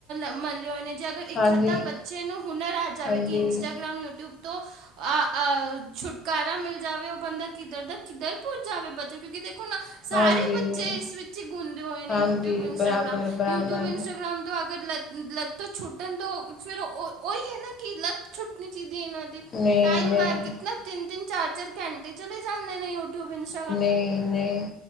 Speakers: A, on the right; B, on the left.
A: ਮਲੇ ਹੋਏ ਨੇ ਜਦ ਪਰ ਇੱਕ
B: ਹਾਂਜੀ,
A: ਅੱਧਾ ਬੱਚੇ ਨੂੰ ਹੁਨਰ ਆ ਜਾਵੇ
B: ਹਾਂਜੀ,
A: ਕਿ ਇੰਸਟਾਗ੍ਰਾਮ, ਯੂਟਿਊਬ ਤੋਂ ਅਹ ਅ ਛੁਟਕਾਰਾ ਮਿਲ ਜਾਵੇ ਓ ਬੰਦਾ ਕਿੱਦਰ ਦਾ ਕਿੱਦਰ ਪੁੱਜ ਜਾਵੇ ਬੱਚਾ ਕਿਓਂਕਿ ਦੇਖੋ ਨਾ ਸਾਰੇ
B: ਹਾਂਜੀ,
A: ਬੱਚੇ ਇਸ ਵਿੱਚ ਹੀ ਗੁੰਦੇ ਹੋਏ ਨੇ
B: ਹਾਂਜੀ
A: ਯੂਟਿਊਬ, ਇੰਸਟਾਗ੍ਰਾਮ,
B: ਬਰਾਬਰ, ਬਰਾਬਰ
A: ਯੂਟਿਊਬ, ਇੰਸਟਾਗ੍ਰਾਮ ਅਗਰ ਲੱਤ ਛੁੱਟਣ ਤਾਂ ਫਿਰ ਓਈ ਐ ਨਾ ਕਿ ਲੱਤ ਛੁੱਟਣੀ ਚਾਈਦੀ ਐ ਏਨਾਂ ਦੀ।
B: ਨਹੀਂ,
A: ਟਾਈਮ
B: ਨਹੀਂ
A: ਵਾ ਕਿਤਨਾ ਤਿੰਨ-ਤਿੰਨ, ਚਾਰ-ਚਾਰ ਘੰਟੇ ਚਲੇ ਜਾਂਦੇ ਨੇ ਯੂਟੂਬ ਇੰਸਟਾ
B: ਨਈ-ਨਈ